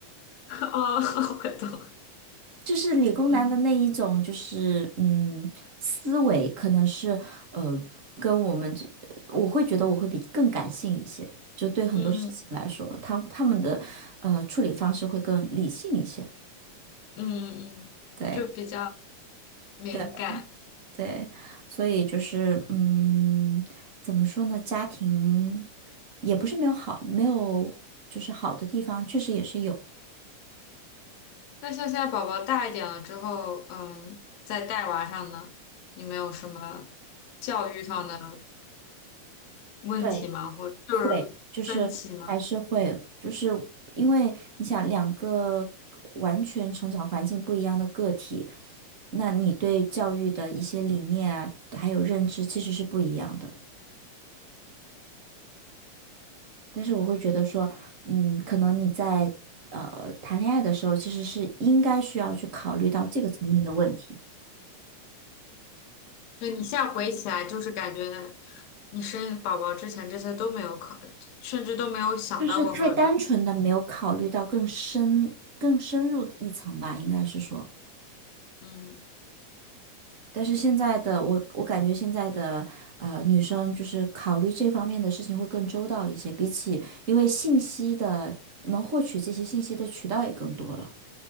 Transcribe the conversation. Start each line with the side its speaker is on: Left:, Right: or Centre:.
Left: <laughs> 啊，我懂了。
Right: 就是理工男的那一种，
Left: 嗯
Right: 就是嗯，思维可能是呃，跟我们这，我会觉得我会比更感性一些，就对很多事情来说，
Left: 嗯
Right: 他他们的呃处理方式会更理性一些，
Left: 嗯嗯，
Right: 对
Left: 就比较敏感。
Right: 对对，所以就是嗯，怎么说呢，家庭也不是没有好，没有就是好的地方，确实也是有，
Left: 那像现在宝宝大一点了之后，嗯，在带娃上呢，你们有什么教育上的问题吗？
Right: 对。
Left: 或就是分歧吗？
Right: 会，就是还是会，就是因为你想两个完全成长环境不一样的个体，那你对教育的一些理念啊，还有认知其实是不一样的。但是我会觉得说，嗯，可能你在呃谈恋爱的时候，其实是应该需要去考虑到这个层面的问题，
Left: 所以你现在回忆起来，就是感觉你生宝宝之前这些都没有考，甚至都没有想到过会有这样。
Right: 就是太单纯的没有考虑到更深、更深入一层吧，应该是说。
Left: 嗯
Right: 但是现在的我，我感觉现在的呃女生就是考虑这方面的事情会更周到一些，比起因为信息的能获取这些信息的渠道也更多了。